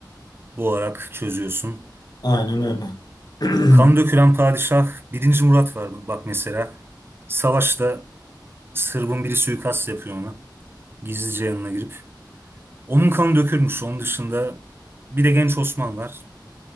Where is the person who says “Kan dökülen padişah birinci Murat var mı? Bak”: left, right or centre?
Right